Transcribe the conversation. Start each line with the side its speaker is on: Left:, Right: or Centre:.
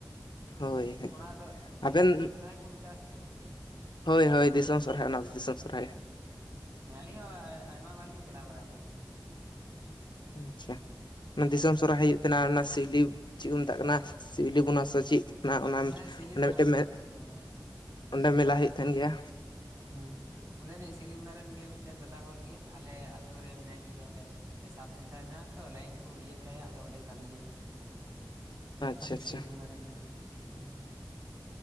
Left: ᱦᱳᱭ ᱦᱳᱭ
Right: ᱚᱱᱟ ᱫᱚ, ᱪᱮᱫ
Left: ᱟᱵᱮᱱ
Right: ᱫᱤᱥᱚᱢ ᱥᱚᱨᱦᱟᱭ ᱠᱚ ᱢᱮᱛᱟᱜᱼᱟ ᱾ ᱥᱮ ᱪᱮᱫ ᱜᱳᱝᱠᱮ
Left: ᱦᱳᱭ, ᱦᱳᱭ ᱫᱤᱥᱚᱢ ᱥᱚᱨᱦᱟᱭ᱾ ᱚᱱᱟ ᱫᱚ ᱫᱤᱥᱚᱢ ᱥᱚᱨᱦᱟᱭ
Right: ᱦᱮᱸ ᱟᱹᱞᱤᱧ ᱦᱚᱸ ᱟᱭᱢᱟ ᱵᱟᱨ ᱞᱤᱧ ᱪᱟᱞᱟᱣ ᱵᱟᱲᱟ ᱠᱟᱱᱟ᱾
Left: ᱟᱪᱪᱷᱟ, ᱚᱱᱟ ᱫᱤᱥᱚᱢ ᱥᱚᱨᱦᱟᱭ ᱦᱩᱭᱩᱜ ᱠᱟᱱᱟ᱾ ᱚᱱᱟ ᱥᱤᱣᱞᱤ ᱪᱮᱫ ᱠᱚ ᱢᱮᱛᱟᱜ ᱠᱟᱱᱟ᱾ ᱥᱤᱣᱞᱤ ᱵᱚᱱᱟ ᱥᱮ ᱪᱮᱫ ᱚᱱᱟ, ᱚᱱᱟ
Right: ᱦᱮᱸ ᱥᱤᱞᱤᱵᱚᱱᱟ
Left: ᱚᱸᱰᱮ ᱢᱤᱫᱴᱮᱱ ᱢᱮ,
Right: ᱥᱤᱞᱤᱵᱚᱱᱟ ᱦᱩᱸ
Left: ᱚᱸᱰᱮ ᱢᱮᱞᱟ ᱦᱩᱭᱩᱜ ᱛᱟᱦᱮᱱ ᱜᱮᱭᱟ᱾
Right: ᱦᱩᱸ ᱚᱸᱰᱮᱱᱤᱡ ᱥᱤᱞᱤᱢᱚᱱᱟ ᱨᱮᱱ ᱜᱮ ᱢᱤᱫᱴᱮᱱ ᱫᱟᱫᱟ ᱦᱚᱲ ᱜᱮ ᱪᱮ, ᱟᱞᱮ ᱟᱹᱛᱩ ᱨᱮ ᱢᱮᱱᱟᱭ ᱠᱮᱫᱮᱭᱟ ᱚᱸᱰᱮ, ᱥᱟᱵ ᱥᱮᱱᱴᱟᱨ ᱢᱮᱱᱟᱜ ᱛᱚ, ᱞᱟᱭᱤᱱ ᱠᱚ ᱤᱭᱟᱹ ᱵᱟᱲᱟᱭᱟ ᱾ᱟᱫᱚ ᱚᱸᱰᱮ ᱠᱟᱹᱢᱤᱭᱟᱭ᱾
Left: ᱟᱪᱪᱷᱟ ᱟᱪᱪᱷᱟ
Right: ᱥᱤᱞᱤᱤ ᱢᱩᱱᱟ ᱨᱮᱱ ᱠᱟᱱᱟᱹᱭ ᱾ᱦᱮᱸ-ᱼ